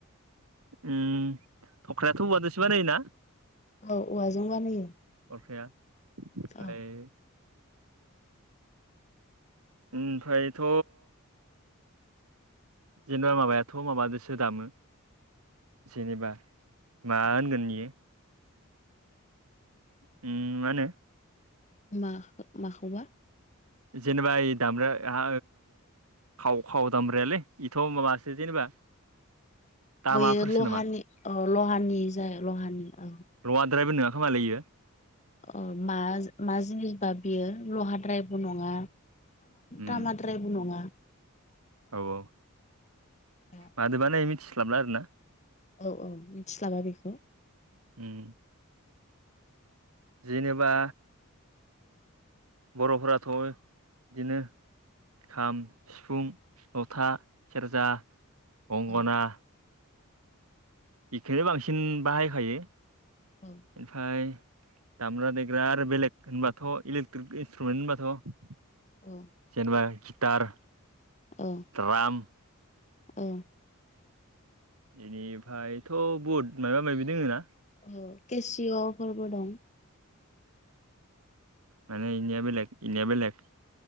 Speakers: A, on the right; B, on the left.
A: उम थख्रायाथ' औवादोसो बानायोना
B: औ औवाजों बानायो
A: थरखाया ओमफ्राय
B: औ
A: ओमफ्रायथ' जेनेबा माबायाथ' माबादसो दामो जेनेबा मा होनगोन बियो उम मा होनो
B: मा माखौबा
A: जेनेबा ओइ दाम्रा आ खाव खाव दामब्रायालै बेथ' माबासो जेनेबा दामाफोरसो
B: बैयो लहानि
A: नामा
B: औ लहानि जाय लहानि औ
A: लङाद्रायबो नङा खोमाालैयो
B: अ मा जा मा जिनिस बा बियो लहाद्रायबो नङा
A: उम
B: तामाद्रायबो नङा
A: औ औ
B: औ
A: माजों बानायो मिथिस्लाबला आरोना
B: औ औ मिथिलाबा बेखौ
A: उम जेनेबा बर'फोराथ' बिदिनो खाम सिफुं जथा सेरजा गंगना
B: औ
A: बेखौनो बांसिन बाहायखायो
B: औ
A: ओमफ्राय दामग्रा देग्रा आरो बेलेग होनबाथ' इलेक्ट्रिक इन्सट्रुमेन्ट होनबाथ'
B: औ
A: जेनेबा गिटार
B: ओ
A: द्राम
B: औ
A: बेनिफ्रायथ' बुहुद माबा माबि दोङो ना
B: अ केसिय'फोरबो दं
A: माने इनिया बेलेग इनिया बेलेग